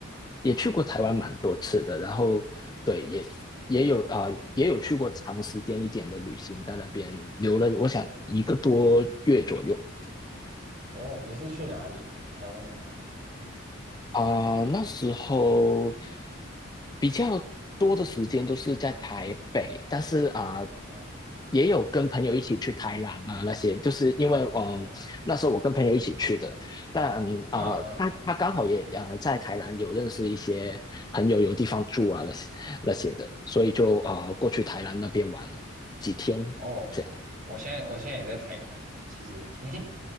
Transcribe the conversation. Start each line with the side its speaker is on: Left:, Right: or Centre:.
Left: 也去过台湾蛮多次的，然后对也也有啊、也有去过长时间一点的旅行，在那边留了我想一个多月左右。
Right: 哦，你是去哪里啊？台湾的哪里？
Left: 啊、那时候比较多的时间都是在台北，但是啊、
Right: 哦
Left: 也有跟朋友一起去台南啊那些，就是因为嗯，
Right: 哦，
Left: 那时候我跟朋友一起去的，但啊、
Right: 嗯嗯，
Left: 他他刚好也啊、
Right: 嗯
Left: 在台南有认识一些朋友，有地方住啊那些那些的，所以就啊、过去台南那边玩了几天，
Right: 哦，
Left: 这样
Right: 我现在我现在也在台南呢，其实，<laughs> 嘿嘿。